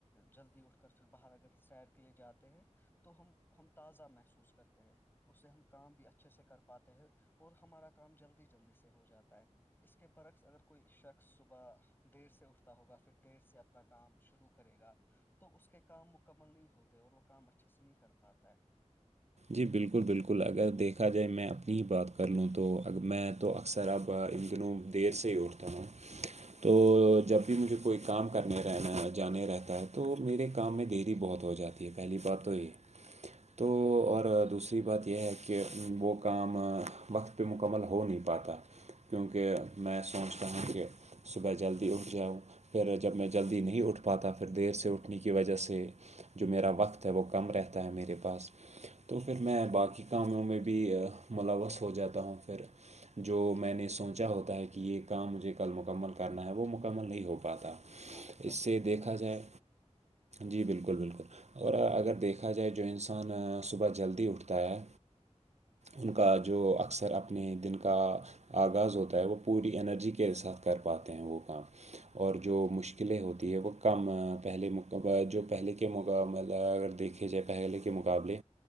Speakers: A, on the left (about 15°); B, on the right (about 65°).
A: جلدی اٹھ کر پھر باہر اگر سیر کے لیے جاتے ہیں تو ہم ہم تازہ محسوس کرتے ہیں اسے ہم کام بھی اچھے سے کر پاتے ہیں اور ہمارا کام جلدی جلدی سے ہو جاتا ہے اس کے برعکس اگر کوئی شخص صبح دیر سے اٹھتا ہوگا پھر دیر سے اپنا کام شروع کرے گا تو اس کے کام مکمل نہیں ہوتے اور وہ کام اچھے سے نہیں کر پاتا ہے
B: جی بالکل بالکل اگر دیکھا جائے میں اپنی ہی بات کر لوں تو اگر میں تو اکثر اب ان دنوں دیر سے ہی اٹتا ہوں تو جب بھی مجھے کوئی کام کرنے رہنا ہے جانے رہتا ہے تو میرے کام میں دیری بہت ہو جاتی ہے پہلی بات تو یہ تو اور دوسری بات یہ ہے کہ وہ کام وقت پہ مکمل ہو نہیں پاتا کیونکہ میں سوچتا ہوں کہ صبح جلدی اٹھ جاؤ پھر جب میں جلدی نہیں اٹھ پاتا پھر دیر سے اٹھنے کی وجہ سے جو میرا وقت ہے وہ کم رہتا ہے میرے پاس تو پھر میں باقی کاموں میں بھی ملوث ہو جاتا ہوں پھر جو میں نے سوچا ہوتا ہے کہ یہ کام مجھے کل مکمل کرنا ہے وہ مکمل نہیں ہو پاتا
A: ہاں ایسا
B: اس سے
A: ہوتا
B: دیکھا
A: ہے اس
B: جائے
A: سے
B: جی بالکل بالکل اور ا دیکھا ج ان جلدی اٹھتا ہے ان کا جو اکثر اپنے دن کا آغاز ہوتا ہے وہ پوری انرجی کے ساتھ کر پاتے ہیں وہ کام اور جو مشکلیں ہوتی ہے وہ کم پہلے جو پہلے کے مقابلہ اگر دیکھیں جے پہلے کے مقابلے